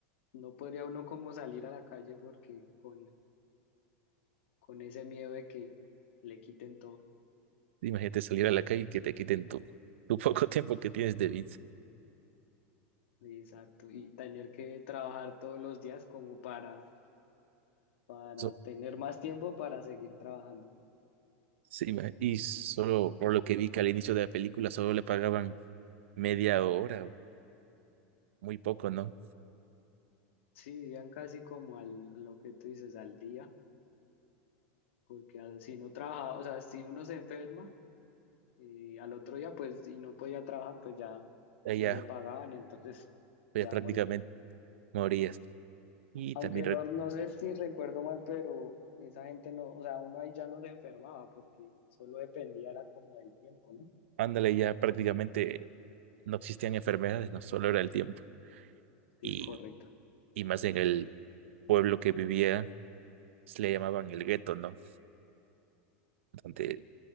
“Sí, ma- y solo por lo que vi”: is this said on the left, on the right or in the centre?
Right